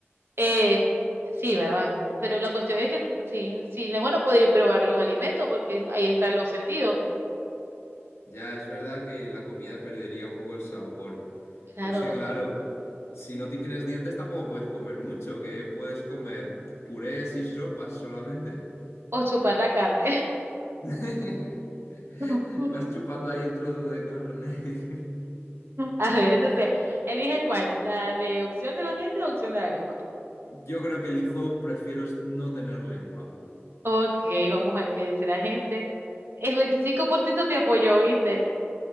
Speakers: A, on the right; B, on the left.
A: Eh, sí, ¿verdad? Pero la cuestión es que sin, sin lengua no podéis probar los alimentos porque ahí están los sentidos.
B: Ya, es verdad que la comida perdería un poco el sabor,
A: Claro,
B: pero es que
A: no
B: claro,
A: te...
B: si no tienes dientes tampoco puedes comer mucho, que puedes comer purés y sopas solamente.
A: O chupar la carne.
B: <laughs>
A: <laughs>
B: Vas chupando ahí el trozo de carne. <laughs>
A: A ver, entonces, elige cuál, la de opción de los dientes o opción de la lengua.
B: Yo creo que elijo, prefiero no tener lengua.
A: Ok, vamos a ver qué dice la gente. El 25% te apoyó, ¿viste?